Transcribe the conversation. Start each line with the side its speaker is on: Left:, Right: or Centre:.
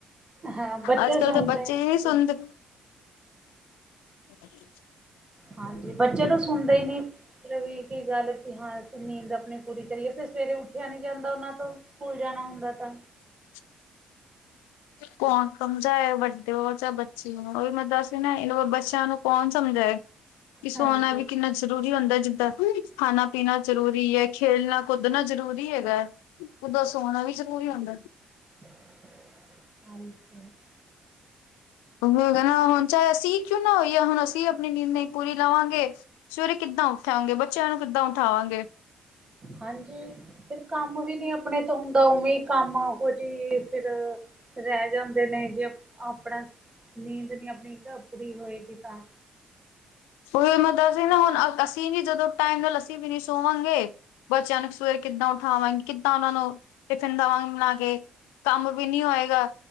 Right: ਹਾਂ ਬੱਚੇ
Left: ਅਜ-ਕੱਲ੍ਹ
Right: ਸੁਣਦੇ
Left: ਤਾਂ ਬੱਚੇ
Right: ਨੇ
Left: ਦੀ ਨੀ ਸੁਣਦੇ। ਹ <inaudible>
Right: ਹਾਂਜੀ, ਬੱਚੇ ਤਾਂ ਸੁਣਦੇ ਈ ਨੀ ਮਲਬ ਕੀ ਗੱਲ ਤੇ ਹਾਂ ਅਸੀਂ ਨੀਂਦ ਆਪਣੀ ਪੂਰੀ ਕਰੀਏ, ਫੇਰ ਸਵੇਰੇ ਉੱਠਿਆ ਨੀ ਜਾਂਦਾ ਓਨਾਂ ਤੋਂ ਸਕੂਲ ਜਾਣਾ ਹੁੰਦਾ ਤਾਂ।
Left: <inaudible> ਕੌਣ ਸਮਝਾਏ, ਵੱਡੇ ਹੋ ਜਾਂ ਬੱਚੇ ਓ ਓਵੀ ਮੈਂ ਦੱਸ ਰੀ ਨਾ ਏਨੂੰ ਬੱਚਿਆਂ ਨੂੰ ਕੌਣ ਸਮਝਾਏ। ਕੀ
Right: ਹਾਂਜੀ
Left: ਸੋਣਾ ਵੀ ਕਿੰਨਾ ਜ਼ਰੂਰੀ ਹੁੰਦਾ, ਜਿੱਦਾਂ ਖਾਣਾ-ਪੀਣਾ ਜ਼ਰੂਰੀਏ। ਖੇਲਣਾ ਕੁੱਦਨਾ ਜਰੂਰੀ ਹੈਗਾ, ਓਦਾਂ ਸੋਣਾ ਵੀ ਜਰੂਰੀ ਹੁੰਦਾ।
Right: <unintelligible>
Left: ਓਹੀਓ ਹੈਗਾ ਨਾ ਹੁਣ ਚਾਏ ਅਸੀਂ ਕਿਉਂ ਨਾ ਹੋਈਏ ਹੁਣ ਅਸੀਂ ਆਪਣੀ ਨੀਂਦ ਨਈ ਪੂਰੀ ਲਵਾਂਗੇ ਸਵੇਰੇ ਕਿੱਦਾਂ ਉਠਾਂਗੇ, ਬੱਚਿਆਂ ਨੂੰ ਕਿੱਦਾਂ ਉਠਾਵਾਂਗੇ?
Right: ਹਾਂਜੀ, ਫਿਰ ਕੰਮ ਵੀ ਨੀ ਆਪਣੇ ਤੋਂ ਹੁੰਦਾ ਉਵੇਂ ਕੰਮ ਆਹੋ ਜੀ, ਫਿਰ ਰੈ ਜਾਂਦਾ। ਦੇਨੇ ਜੇ ਆਪਣਾ ਨੀਂਦ ਨੀ ਆਪਣੀ ਪੂਰੀ ਹੋਏਗੀ ਤਾਂ
Left: ਓਈਓ ਮਤਬ ਨਾ ਹੁਣ, ਅਸੀਂ ਨੀ ਜਦੋਂ ਟਾਈਮ ਨਾਲ ਅਸੀਂ ਵੀ ਨੀ ਸੋਵਾਂਗੇ ਬੱਚਿਆਂ ਨੂੰ ਸਵੇਰੇ ਕਿੱਦਾਂ ਉਠਾਵਾਂਗੇ, ਕਿੱਦਾਂ ਓਨਾਂ ਨੂੰ ਟਿਫਿਨ ਦੇਵਾਂਗੇ ਬਣਾ ਕੇ। ਕੰਮ ਵੀ ਨੀ ਹੋਏਗਾ।